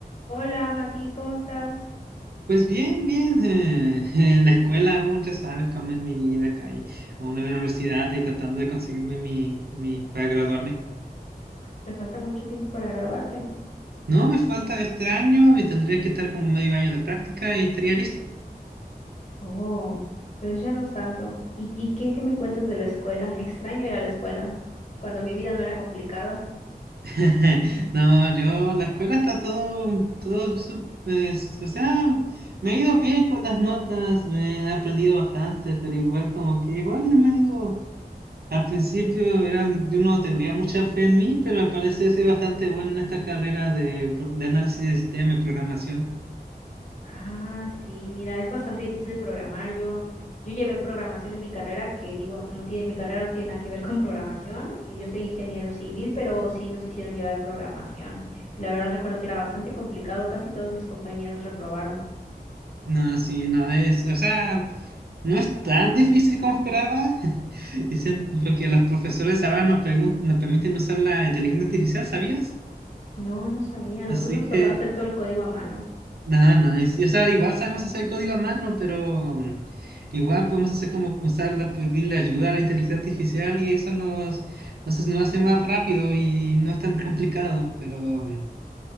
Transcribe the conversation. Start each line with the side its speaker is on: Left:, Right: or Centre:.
Left: Hola Mati, ¿cómo estás?
Right: Pues bien, bien. eh, <laughs> en la escuela aún ya sabes cómo es mi vida acá y aún en la universidad y tratando de conseguirme mi, mi para graduarme.
Left: ¿Te falta mucho tiempo para graduarte?
Right: No me falta este año y tendría que estar como medio año de práctica y estaría listo.
Left: Oh, pero ya no es tanto. ¿Y, y qué, qué me cuentas de la escuela? Extraño ir a la escuela, cuando mi vida no era complicada.
Right: <laughs> No, yo, la escuela está todo, todo, sup- es- o sea, me he ido bien con las notas, me he aprendido bastante, pero igual como que igual no me medio Al principio era- yo no tendría mucha fe en mí, pero al parecer soy bastante bueno en esta carrera de, pro- de análisis de sistema y programación.
Left: Ah, sí, mira, es bastante difícil programar. Yo, yo llevé programación en mi carrera, que digo, no tiene, mi carrera no tiene nada que ver con programación. y Yo soy ingeniero civil, pero sí nos hicieron llevar programación. Y la verdad recuerdo que era bastante complicado, casi todos mis compañeros reprobaron.
Right: No, sí, no es, o sea, no es tan difícil como esperaba, <laughs> y sien- porque los profesores ahora nos, pregun- nos permiten usar la inteligencia artificial, ¿sabías?
Left: No, no sabía. A nosotros
Right: Así
Left: nos
Right: que
Left: tocaba hacer todo el código a mano.
Right: Nada, no, es- o sea, igual sabemos hacer código a mano, pero mm, igual podemos hacer como usar la, pedirle ayuda a la inteligencia artificial y eso nos, nos, hace- nos hace más rápido y no es tan complicado, pero, mm,